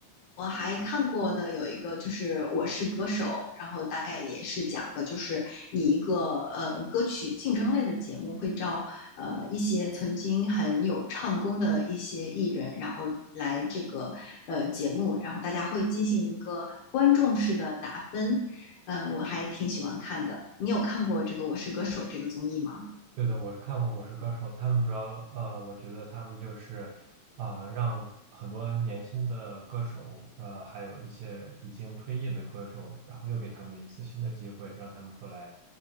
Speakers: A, on the left (about 70°); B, on the right (about 80°).
A: 我还看过的有一个就是《我是歌手》，然后大概也是讲的就是以一个呃歌曲竞争类的节目会招呃一些曾经很有唱功的一些艺人，然后来这个呃节目，然后大家会进行一个观众式的打分。嗯呃，我还挺喜欢看的。你有看过这个《我是歌手》这个综艺吗？
B: 对的，我是看过《我是歌手》，他们主要呃，我觉得他们就是啊、呃让很多年轻的歌手，呃，还有一些已经退役的歌手，然后又给他们一次新的机会，让他们过来，